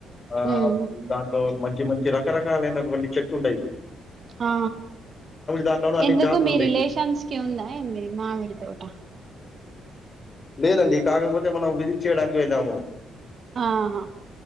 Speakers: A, on the left; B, on the right.
A: ఆ
B: ఉమ్
A: దాంట్లో మంచి మంచి రక్ రకరకాలైనట్వంటీ చెట్లు ఉంటాయి.
B: ఆ
A: దాంట్లోనే అన్ని
B: ఎందుకు
A: జాతులుంటాయి.
B: మీ రిలేషన్స్ కి ఉందా ఎంది. మామిడి తోట
A: లేదండి. కాకపోతే మనం విజిట్ చేయడానికి వెళ్ళాము.
B: ఆహా